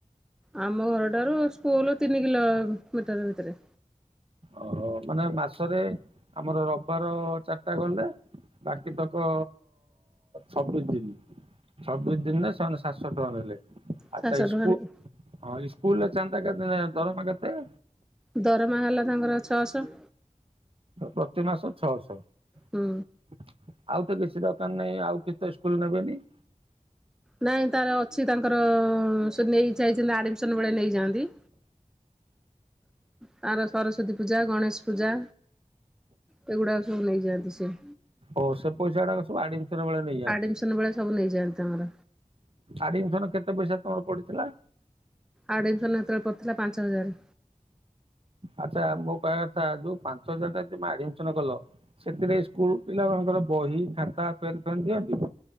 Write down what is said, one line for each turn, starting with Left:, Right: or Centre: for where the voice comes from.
Centre: ଆମ ଘରଠାରୁ ସ୍କୁଲ ତିନି କିଲୋ ମିଟର ଭିତରେ
Right: ଓହୋ ମାନେ ମାସରେ ଆମର ରବିବାର ଚାରିଟା ଗଲେ ବାକି ତକ ଛବିଶ ଦିନି ଛବିଶ ଦିନରେ ସେମାନେ ସାତଶହ ଟଙ୍କା ନେଲେ ଆଚ୍ଛା
Centre: ସାତଶହ
Right: ଇସକୁଲ
Centre: ଟଙ୍କା ନେଇ
Right: ହଁ ସ୍କୁଲ ଚାନ୍ଦା କେତେ ଦରମା କେତେ?
Centre: ଦରମା ହେଲା ତାଙ୍କର ଛଅଶହ।
Right: ପ୍ରତି ମାସ ଛଅ ସହ
Centre: ହୁଁ।
Right: ଆଉ ତ କିଛି ଦୋକାନ ନାହିଁ ଆଉ କିଛି ତ ସ୍କୁଲ ନେବେନି
Centre: ନାଇଁ ତାର ଅଛି ତାଙ୍କର ସେ ନେଇ ଯାଇଛନ୍ତି ଆଡମିସନ ବେଳେ ନେଇଯାଆନ୍ତି ତାର ସରସ୍ଵତୀ ପୂଜା ଗଣେଶ ପୂଜା ସେଗୁଡାକ ସବୁ ନେଇଯାଆନ୍ତି ସେ
Right: ଓ ସେ ପଇସା ଗୁଡାକ ସବୁ ଆଡମିସନ ବେଳେ ନେଇଯାଆନ୍ତି?
Centre: ଆଡମିସନ ବେଳେ ସବୁ ନେଇଯାଆନ୍ତି ତାଙ୍କର
Right: ଆାଡିସନ କେତେ ପଇସା ତମର ପଡିଥିଲା?
Centre: ଆଡ଼ମିସନ୍ ସେତେବେଳେ ପଡ଼ିଥିଲା ପାଞ୍ଚ ହଜାର।
Right: ଆଚ୍ଛା ମୁଁ କହିବା କଥା ଯୋଉ ପାଞ୍ଚ ହଜାର ଟା ତମେ ଆଡମିସନ କଲ ସେଥିରେ ସ୍କୁଲ ପିଲାମାନଙ୍କର ବହି ଖାତା ପେନ୍ ଫେନ୍ ଦିଅନ୍ତି?